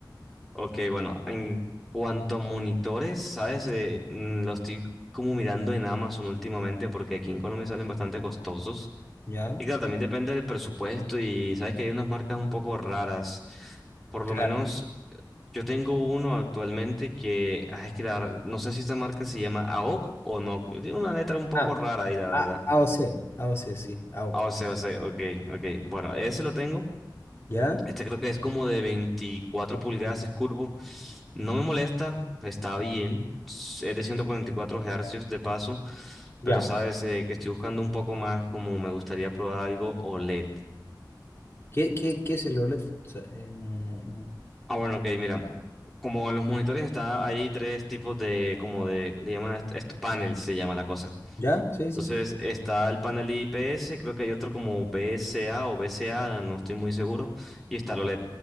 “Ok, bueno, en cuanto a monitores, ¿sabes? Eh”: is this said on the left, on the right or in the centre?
Centre